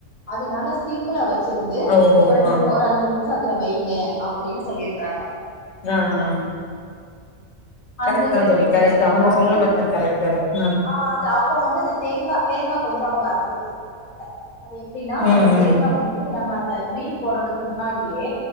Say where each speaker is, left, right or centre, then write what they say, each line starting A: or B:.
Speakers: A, on the left; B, on the left.
A: அதனால சிம்ல வச்சிருந்து
B: ஓஹோ
A: ஒரு ரெண்டு
B: ஆ
A: ஒரு அஞ்சி நிமி ஷோ அதுல வைங்க அப்டின்னு சொல்லியிருக்குறாங்க
B: ஆ ஆ
A: அந்தது
B: கரெட் தா தோழி
A: ஒண்ணு
B: கரெட் தா அவங்க
A: அடுத்தது
B: சொன்ன மெத்தேட் கரெட் தா ம்
A: ஆ அது அப்ப வந்து அத தேங்கா தேங்கா கொஞ்சோ அவங்க அரச்சூத்த சொல்லிருக்காங்க அது எப்டின்னா
B: ம்
A: அந்த தேங்கா
B: ம்
A: வந்து நம்ப அந்த மீன் போட்றதுக்கு முன்னாடியே